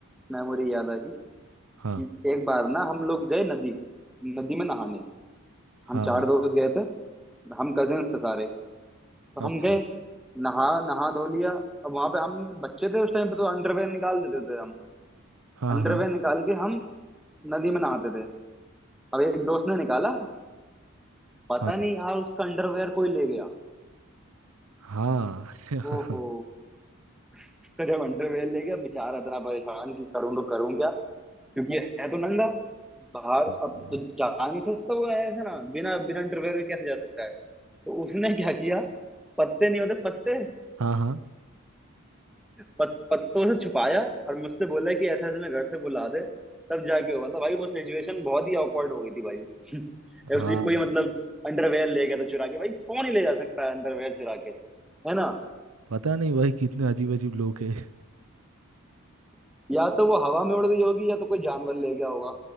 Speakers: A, in the centre; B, on the right.
A: मेमोरी याद आई कि
B: हाँ
A: एक बार ना हम लोग गए नदी नदी में नहाने हम
B: हाँ
A: चार
B: हाँ
A: दोस्त गए थे हम कजिन्स थे सारे तो
B: अच्छा
A: हम गए नहा नहा धो लिया अब वहां पे हम बच्चे थे उस टाइम पे तो अंडरवेयर निकाल देते थे हम
B: हाँ
A: अंडरवेयर
B: हाँ
A: निकाल के हम नदी में नहाते थे अब एक दोस्त ने निकाला पता
B: हाँ
A: नहीं यार उसका अंडरवेयर कोई ले गया
B: हाँ <laughs>
A: ओहो उसका जब अंडरवेयर ले गया बेचारा इतना परेशान कि करूं तो करूं क्या क्योंकि है तो नंगा बाहर
B: हम्म,
A: अब तो जा नहीं सकता वो ऐसे ना बिना बिना अंडरवेयर के कैसे जा सकता है तो उसने क्या किया पत्ते नहीं होते पत्ते
B: हाँ हाँ
A: पत, पत्तों से छुपाया और मुझसे बोला कि ऐसे ऐसे मैं घर से बुला दे तब जाके हुआ था भाई वो सिचुएशन बहुत ही ऑकवर्ड हो गई थी भाई
B: हाँ
A: <laughs> उसी कोई मतलब अंडरवेयर ले गया था चुरा के भाई कौन ही ले जा सकता है अंडरवेयर चुरा के है ना
B: पता नहीं भाई कितने अजीब अजीब लोग हैं
A: या तो वो हवा में उड़ गई होगी या तो कोई जानवर ले गया होगा